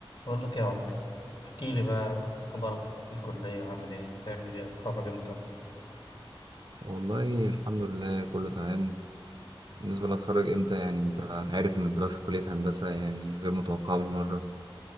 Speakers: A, on the left; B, on the right.
A: بقول لك إيه يا عمر احكي لي بقى اخبارك في الكليه عامل ايه تعمل ايه هتخرج امتى
B: والله الحمد لله كله تمام بالنسبة لأتخرج إمتى يعني أنت عارف إن الدراسة في كلية هندسة يعني غير متوقعة بالمرة